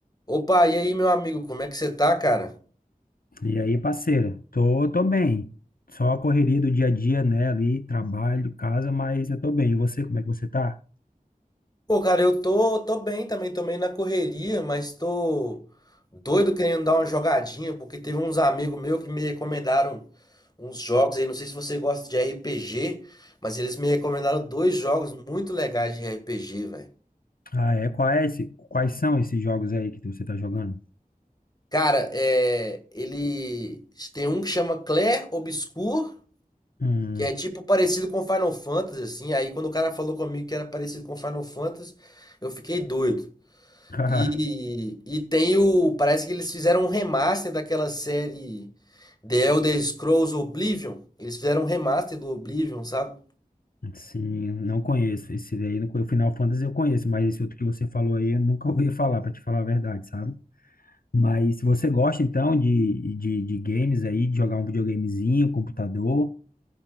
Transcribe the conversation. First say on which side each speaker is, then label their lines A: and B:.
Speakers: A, on the left (about 25°); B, on the left (about 75°).
A: Opa, e aí, meu amigo, como é que você tá, cara?
B: E aí, parceiro, tô, tô bem. Só a correria do dia a dia, né? Ali, trabalho, casa, mas eu tô bem. E você, como é que você tá?
A: Pô, cara, eu tô, tô bem também, tô meio na correria, mas tô doido querendo dar uma jogadinha, porque teve uns amigos meus que me recomendaram uns jogos aí, não sei se você gosta de RPG, mas eles me recomendaram dois jogos muito legais de RPG, velho.
B: Ah, é? Qual é esse, quais são esses jogos aí que você tá jogando?
A: Cara, é, ele tem um que chama Clair Obscur,
B: Hum,
A: que é tipo parecido com Final Fantasy, assim, aí quando o cara falou comigo que era parecido com Final Fantasy, eu fiquei doido.
B: cara,
A: E, e tem o. Parece que eles fizeram um remaster daquela série The Elder Scrolls Oblivion. Eles fizeram um remaster do Oblivion, sabe?
B: sim, não conheço. Esse daí, no- o Final Fantasy eu conheço, mas esse outro que você falou aí eu nunca ouvi falar, pra te falar a verdade, sabe? Mas se você gosta, então, de, de, de games aí, de jogar um videogamezinho, computador,